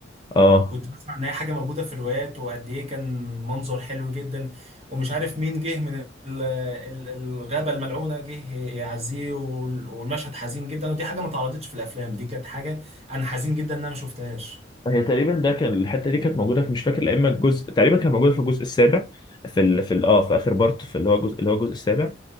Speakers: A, on the left; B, on the right.
A: آه
B: كنت بسمع ان هي حاجه موجوده في الروايات وقد ايه كان منظر حلو جدا ومش عارف مين جه من ال- ال- الغابه الملعونه جه يعزيه وال- والمشهد حزين جدا ودي حاجه ما اتعرضتش في الافلام دي كانت حاجه انا حزين جدا ان انا ما شفتهاش
A: هي تقريبا ده كان الحتة دي كانت موجودة في مش فاكر لا إما الجزء تقريبا كانت موجودة في الجزء السابع في ال... في ال... آه في آخر بارت في اللي هو الجزء اللي هو الجزء السابع